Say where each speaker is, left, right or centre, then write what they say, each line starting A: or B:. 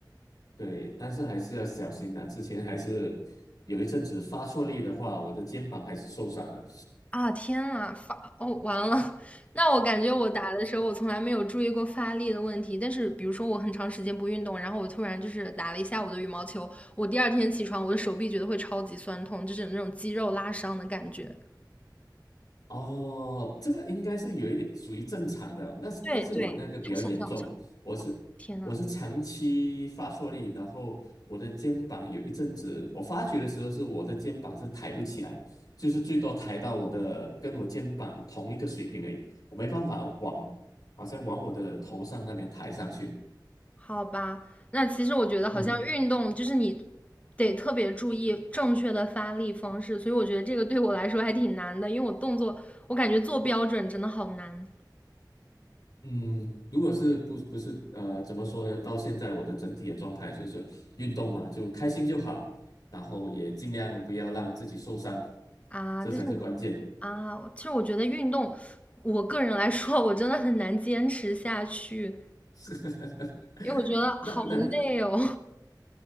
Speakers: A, on the left; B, on the left.
A: 对，但是还是要小心的。之前还是有一阵子发错力的话，我的肩膀还是受伤了。
B: 啊！天啊，发哦，完了！<laughs> 那我感觉我打的时候，我从来没有注意过发力的问题。但是，比如说我很长时间不运动，然后我突然就是打了一下午的羽毛球，我第二天起床，我的手臂觉得会超级酸痛，就是有那种肌肉拉伤的感觉。
A: 哦，这个应该是有一点属于正常的，那是但是我那个比较严重，
B: 对对，它是这样子。
A: 我是我是长期发错力，
B: 天呐，
A: 然后我的肩膀有一阵子，我发觉的时候是我的肩膀是抬不起来，就是最多抬到我的跟我肩膀同一个水平而已，我没办法往好像往我的头上那边抬上去。
B: 好吧，那其实我觉得好像运动就是你
A: 嗯。
B: 得特别注意正确的发力方式，所以我觉得这个对我来说还挺难的，因为我动作我感觉做标准真的好难
A: 嗯，如果是不不是呃，怎么说呢？到现在我的整体的状态就是运动嘛，就开心就好，然后也尽量不要让自己受伤，
B: 啊。
A: 这才是关键。
B: 但是我啊，其实我觉得运动，我个人来说我真的很难坚持下去，
A: <laughs>
B: 因为我觉得好累哦。
A: 那那你